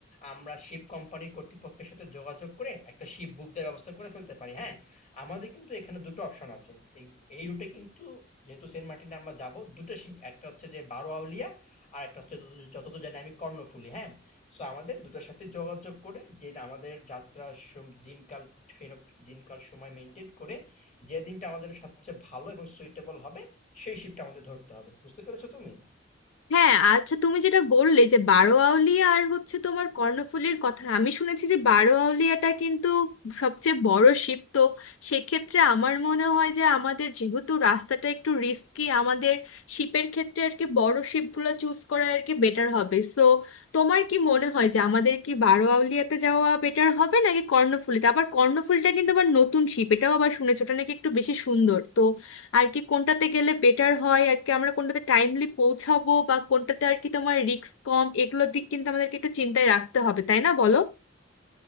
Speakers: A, on the left; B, on the left.
A: আমরা শিপ কোম্পানির কর্তৃপক্ষের সাথে যোগাযোগ করে একটা শিপ বুক দেওয়ার ব্যবস্থা করে ফেলতে পারি হ্যাঁ আমাদের কিন্তু এখানে দুটো অপশন আছে এই এই রুটে কিন্তু যেহেতু সেন্ট মার্টিনে আমরা যাব দুটো শিপ একটা হচ্ছে যে বারো আউলিয়া আর একটা হচ্ছে যতদূর- যতদূর জানি আমি কর্ণফুলি হ্যাঁ সো আমাদের দুটোর সাথে যোগাযোগ করে যে আমাদের যাত্রার সম- দিনকাল ট্রেন- দিনকাল সময় মেনটেন করে যে দিনটা আমাদের জন্য সবচেয়ে ভালো এবং সুইটেবল হবে সেই শিপটা আমাদের ধরতে হবে বুঝতে পেরেছো তুমি
B: হ্যাঁ আচ্ছা তুমি যেটা বললে যে বারোয়াউলিয়া আর হচ্ছে তোমার কর্ণফুলীর কথা আমি শুনেছি যে বারোয়াউলিয়াটা কিন্তু সবচেয়ে বড় শিপ তো সেক্ষেত্রে আমার মনে হয় যে আমাদের যেহেতু রাস্তাটা একটু রিস্কি আমাদের শিপের ক্ষেত্রে আর কি বড় শিপগুলো চুজ করা আর কি বেটার হবে সো তোমার কি মনে হয় যে আমাদের কি বারোয়াউলিয়াতে যাওয়া বেটার হবে নাকি কর্ণফুলীতে আবার কর্ণফুলীটা কিন্তু আবার নতুন শিপ এটাও আবার শুনেছো ওটা নাকি একটু বেশি সুন্দর তো আর কি কোনটাতে গেলে বেটার হয় আর কি আমরা কোনটাতে টাইমলি পৌঁছাবো বা কোনটাতে আর কি তোমার রিস্ক কম এগুলোর দিক কিন্তু আমাদেরকে একটু চিন্তায় রাখতে হবে তাই না বলো